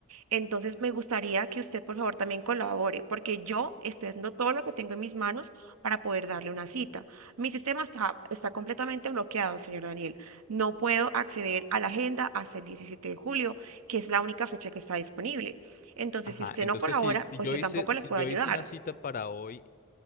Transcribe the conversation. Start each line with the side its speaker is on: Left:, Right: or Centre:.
Right: Entonces, me gustaría que usted, por favor, también colabore, porque yo estoy haciendo todo lo que tengo en mis manos para poder darle una cita. Mi sistema está, está completamente bloqueado, señor Daniel. No puedo acceder a la agenda hasta el 17 de julio, que es la única fecha que está disponible. Entonces,
Left: Ajá,
Right: si usted
Left: entonces
Right: no colabora,
Left: si, si
Right: pues
Left: yo
Right: yo
Left: hice,
Right: tampoco
Left: si
Right: le puedo
Left: yo
Right: ayudar.
Left: hice una cita para hoy